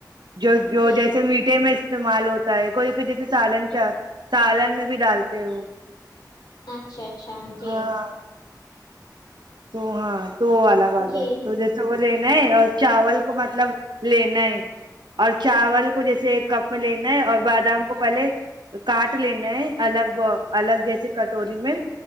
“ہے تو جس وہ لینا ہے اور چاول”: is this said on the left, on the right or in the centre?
Right